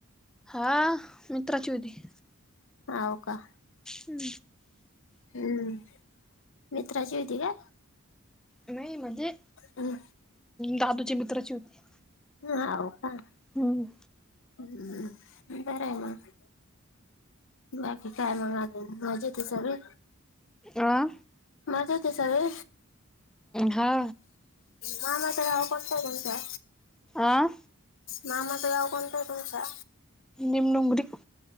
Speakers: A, in the centre; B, on the left.
A: हा मित्राची होती
B: होव का
A: हम्म
B: हम्म मित्राची होती का?
A: नाही म्हजे
B: हम्म,
A: दादूच्या मित्राची होती
B: हाव का
A: हम्म
B: हम्म बर मग बाकी काय मग अजून मजेत आहे सगळे?
A: आ
B: मजेत येत सगळे
A: हा
B: मामाच गाव कोणत तुमचा?
A: आं
B: मामाचं गाव कोणतं तुमच्या?
A: निमनमुडीक